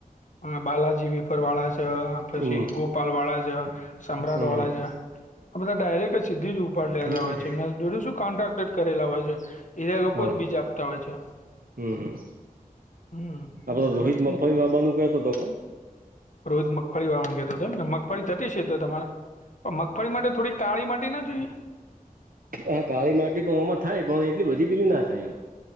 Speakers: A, on the left; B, on the right.
A: હ બાલાજીવી. ફર વાળા છે, પછી
B: હમ
A: ગોપાલ વાળા છે, સમ્રાટ
B: હમ
A: વાળા છે, આ બધા ડાયરેક્ટ સીધી જો ઉપ લેતા
B: હમ
A: હોય છે, એમના જોડે શું કોન્ટ્રાક્ટ કરેલા હોય છે, એના લોકો
B: હા
A: જ બીજ આપતા હોય છે.
B: હમ હમ
A: હમ
B: આપડે
A: એટલે
B: રોહિત
A: એમને
B: મગફળી
A: થઈ
B: લાબા નૂ કતો તો કા,
A: રોજ મગફળી વાળણ કેતો મગફળી થતી છે તો તમારે. અ મગફળી માટે થોડી કાળી માટી ના જોઈ એ.
B: હા કાળી માટી પણ આમાં થાય પણ એટલી બધી પેલી ના થાય એમ.